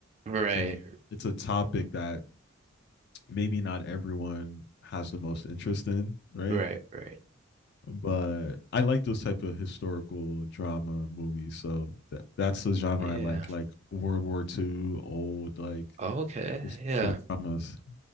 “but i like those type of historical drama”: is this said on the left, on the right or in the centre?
Left